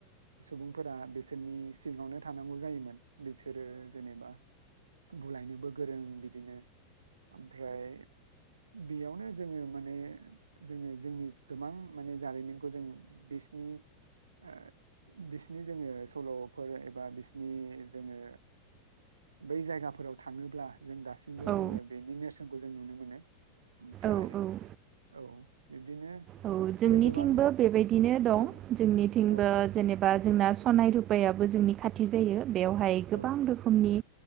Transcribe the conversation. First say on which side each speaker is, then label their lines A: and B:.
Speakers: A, on the right; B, on the right.
A: सुबुंफोरा बिसोरनि सिङावनो थानांगौ जायोमोन। बिसोरो जेनेबा बुलायनोबो गोरों बिद बिदिनो आमफ्राय बेयावनो जोङो माने जोङो जोंनि गोबां माने जारिमिनखौ जों बिसिनि ओ बिसिनि जोङो सल'फोर एबा बिसिनि नि जोङो बै जायगाफोराव थाङोब्ला जों गास थिंबो जोङो
B: औ
A: बेनि नेरसोन खौ जों नुनो मोनो। ओमफ्राय
B: औ औ
A: औ। <unintelligible>
B: औ जोंनिथिंबो
A: आरो गोबां
B: बेबायदिनो दं
A: औ
B: जोंनिथिंबो
A: औ
B: जेनेबा जोंना सनाय रुपायाबो जोंनि खाथि जायो। बेवहाय
A: औ
B: गोबां रोखोमनि